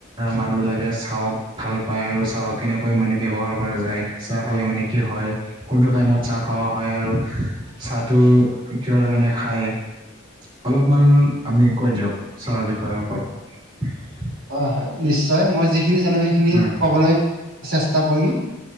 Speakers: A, on the right; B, on the right.
A: মানুহ বিলাকে চাহক ভাল পায় আৰু চাহক কেনেকৈ মানে ব্যৱহাৰ কৰা যায়? চাহ খালে মানে কি হয়? কোনটো টাইমত চাহ খাৱা হয় আৰু চাহটো কিহৰ কাৰণে খায়? অলপমান আপনি কৈ দিয়ক চাহৰ বিষয়ৰ ওপৰত।
B: হয় হয় নিশ্চয় মই যিখিনি জানো সেইখিনি
A: উম
B: কবলৈ চেষ্টা কৰিম।